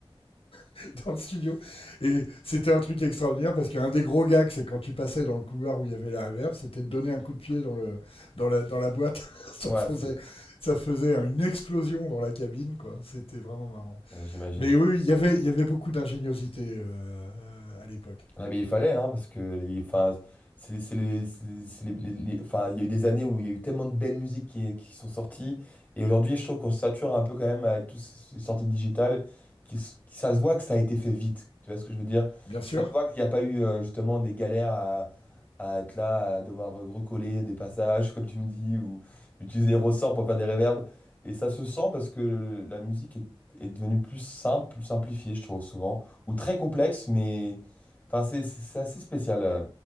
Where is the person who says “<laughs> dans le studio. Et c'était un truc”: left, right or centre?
Left